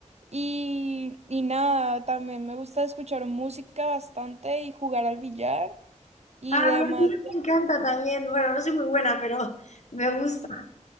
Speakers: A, on the right; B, on the left.
A: y, y nada, también me gusta escuchar música bastante y jugar al billar y
B: Ah,
A: demás.
B: a mí me encanta también. Bueno, no soy muy buena, pero me gusta.